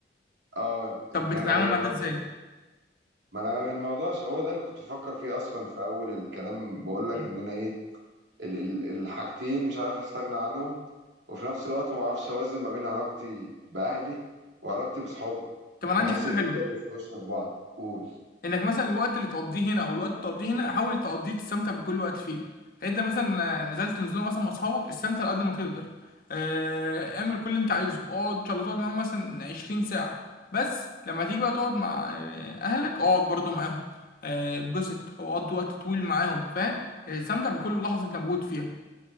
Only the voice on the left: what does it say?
طب
بتتعامل
مع ده
ازاي؟
مم.
طب انا
عندي فكره
حلوه
انك مثلا الوقت اللي تقضيه هنا او الوقت اللي تقضيه هنا حاول تقضيه تستمتع بكل وقت فيه يعني انت مثلا نزلت نزوله مثلا مع اصحابك استمتع على قد ما تقدر آه، اعمل كل اللي انت عايزه اقعد ان شاء الله تقعد معاهم مثلا 20 ساعه بس لما تيجي بقى تقعد مع آه، اهلك اقعد برضو معاهم آه، انبسط او قضي وقت طويل معاهم فاهم آه، استمتع بكل لحظه انت موجود فيها